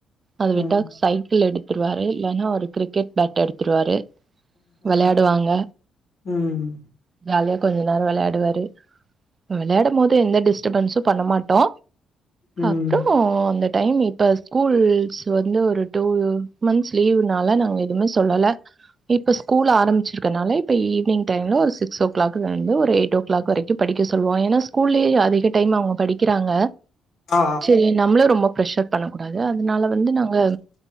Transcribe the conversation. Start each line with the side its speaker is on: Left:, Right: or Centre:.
Right: அது
Left: ம்
Right: விட்டா சைக்கிள் எடுத்து எடுத்துருவாரு இல்லைன்னா ஒரு கிரிக்கெட் பேட் எடுத்துருவாரு விளையாடுவாங்க
Left: ம்
Right: ஜாலியா கொஞ்ச நேரோ விளையாடுவாரு விளையாடும் போது எந்த டிஸ்டர்பன்ஸும் பண்ணமாட்டோ
Left: ம்
Right: அப்றோ அந்த டைம் இப்ப ஸ்கூல்ஸ் வந்து ஒரு டு மந்த்ஸ் லீவ்னால எதுவுமே சொல்லல இப்ப ஸ்கூல் ஆரம்பிச்சிருக்கனால இப்ப ஈவினிங் டைம்ல ஒரு சிக்ஸ் ஓ கிளாக் ல்ல இருந்து ஒரு எயிட் ஓ கிளாக் வரைக்கும் படிக்க சொல்லுவோ ஏன்னா ஸ்கூல்லயே அதிக டைம் அவங்க படிக்கிறாங்க
Left: ஆ
Right: சேரி நம்மளும் ரொம்ப ப்ரஷர் பண்ணக்கூடாது அதனால வந்து நாங்க